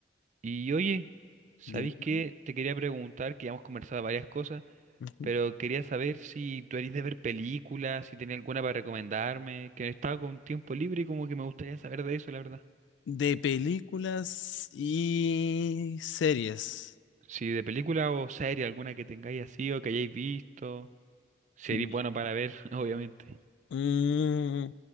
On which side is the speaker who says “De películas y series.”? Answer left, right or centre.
Left